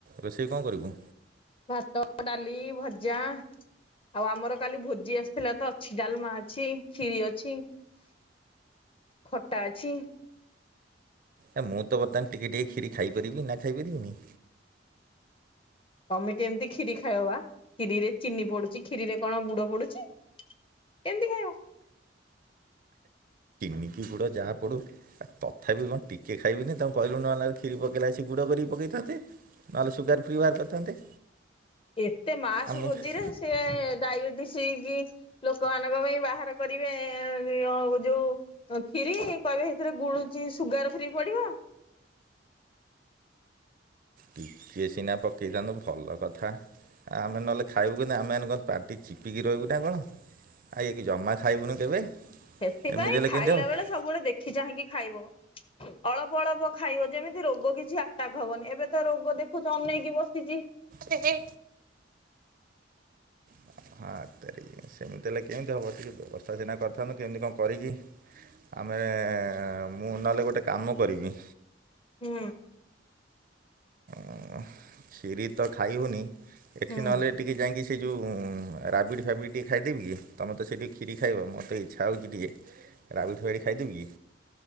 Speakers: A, on the right; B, on the left.
A: ରୋଷେଇ କଣ କରିବୁ?
B: ଭାତ ଡାଲି ଭଜା। ଆଉ ଆମର କାଲି ଭୋଜି ଆସିଥିଲା ତ ଅଛି ଡ଼ାଲମା ଅଛି କ୍ଷୀରି ଅଛି। ଖଟା ଅଛି।
A: ଏ ମୁଁ ତ ବର୍ତ୍ତ ଟିକେ ଟିକେ କ୍ଷୀରି ଖାଇପାରିବି ନା ଖାଇପାରିବିନି?
B: ତମେ କେମିତି କ୍ଷୀରି ଖାଇବ ବା କ୍ଷୀରିରେ ଚିନି ପଡୁଛିଖିରିରେ କଣ ଗୁଡ଼ ପଡୁଛି କେମିତି ଖାଇବ?
A: ନିକି ଗୁଡ ଯାହା ପଡୁ ଆ ତଥାପି କଣ ଟିକେ ଖାଇବିନି ତାକୁ କହିଲୁ ନହେଲେ କ୍ଷୀରି ପକେଇଲା ଆସି ଗୁଡ଼ କରିକି ପକେଇ ଥାନ୍ତେ। ନହେଲେ ସୁଗାର ଫ୍ରି ବାହାର କରିଥାନ୍ତେ।
B: ଏତେ ମାସ
A: ଆମକୁ
B: ଭୋଜିରେ ସିଏ ଡାଇବେଟିସ କି ଲୋକ ମାନଙ୍କ ପାଇଁ ବାହାର କରିବେ ଯୋଉ ତ ଖୀରି କହିବେ ଏଥିରେ ଗୁଡୁଚି ସୁଗାର ଫ୍ରି ପଡିବ।
A: ଟିକଏ ସିନା ପକେଇଥାନ୍ତୁ ଭଲ କଥା ଆମେ ନହେଲେ ଖାଇବୁ କିନ୍ତୁ ଆମେମାନେେ କଣ ପାଟି ଚିପିକି ରହିବୁ ନା କଣ ଆଉ ଇଏ କି ଜମା ଖାଇବୁନୁ କେବେ ଏମିତି
B: ସେଥିପାଇଁ
A: ହେଲେ
B: ଖାଇଲା
A: କେମିତି ହବ।
B: ବେଳେ ସବୁବେଳେ ଦେଖି ଚାହିଁକି ଖାଇବ। ଅଳପ ଅଳପ ଖାଇବ ଯେମିତି ରୋଗ କିଛି ଆଟାକ୍ ହବନି ଏବେ ତ ରୋଗ ଦେଖୁଛ ଅନେଇକି ବସିଛି।
A: ହେ ହେ। <unintelligible> ସେମିତି ହେଲେ କେମିତି ହବ ଟିକେ ବ୍ୟବସ୍ଥା ସିନା କରିଥାନ୍ତୁ କେମିତି କଣ କରିକି ଆମେ ମୁଁ ନହଲେ ଗୋଟେ କାମ କରିବି।
B: ହୁଁ।
A: କ୍ଷିରି ତ ଖାଇ ହଉନି ଏଠି
B: ହୁଁ
A: ନହେଲେ ଟିକେ ଯାଇଁକି ସେ ଯେଉଁ ରାବିଡ଼ି ଫାବିଡ଼ି ଟିକେଏ ଖାଇଦେବି କି ତମେ ତ ସେଟି କ୍ଷୀରି ଖାଇବ ମୋତେ ଇଚ୍ଛା ହେଉଛି ଟିକେ। ରାବିଡି ଫାବିଡି ଖାଇଦେବି କି?